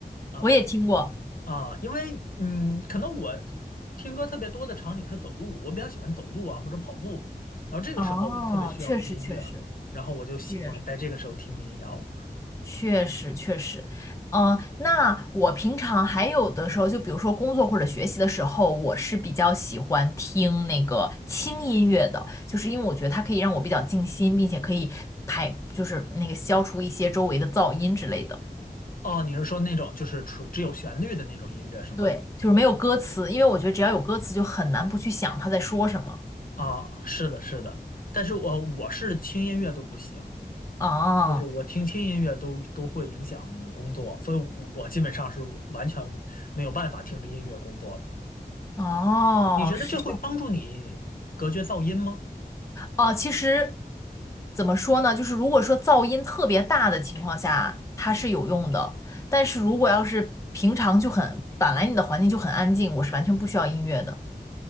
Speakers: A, on the left; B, on the left.
A: 啊，
B: 我也听过。
A: 啊，因为嗯，可能我听歌特别多的场景是走路，我比较喜欢走路啊或者跑步，然后这个时候我就特别需要音乐，
B: 哦，确实确实
A: 然后我就喜欢在这个时候听民谣。
B: 确实。确实确实，嗯、那我平常还有的时候，就比如说工作或者学习的时候，我是比较喜欢听那个轻音乐的，就是因为我觉得它可以让我比较静心，并且可以排，就是那个消除一些周围的噪音之类的。
A: 哦，你是说那种就是纯只有旋律的那种音乐是吗？
B: 对，就是没有歌词，因为我觉得只要有歌词，就很难不去想他在说什么。
A: 啊，是的，是的，但是我我是轻音乐都不行，
B: 哦
A: 就是我听轻音乐都都会影响工作，所以我基本上是完全没有办法听着音乐工作的。
B: 哦，
A: 你觉得这会帮助你隔绝噪音吗？
B: 是哦，其实怎么说呢？就是如果说噪音特别大的情况下，它是有用的。但是如果要是平常就很，本来你的环境就很安静，我是完全不需要音乐的。